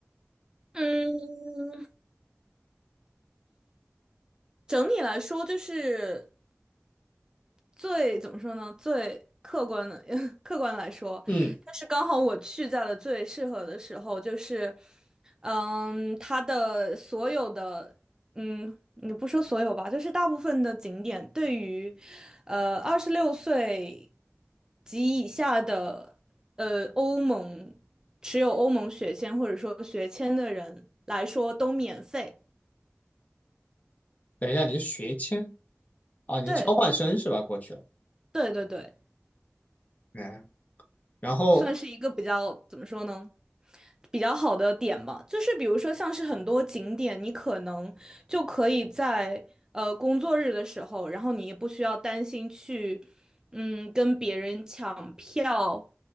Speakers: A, on the right (about 15°); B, on the left (about 35°).
A: 嗯，整体来说就是最怎么说呢？最客观的 <laughs> 客观来说，
B: 嗯，
A: 就是刚好我去在了最适合的时候，就是嗯，它的所有的嗯，你不说所有吧，就是大部分的景点对于呃二十六岁及以下的呃欧盟持有欧盟学签或者说学签的人来说都免费。
B: 等一下，你是学签哦，你是交换生是吧？
A: 对
B: 过去了，
A: 对对对。
B: 嗯，然后
A: 算是一个比较，怎么说呢？比较好的点吧，就是比如说像是很多景点，你可能就可以在呃工作日的时候，然后你也不需要担心去嗯跟别人抢票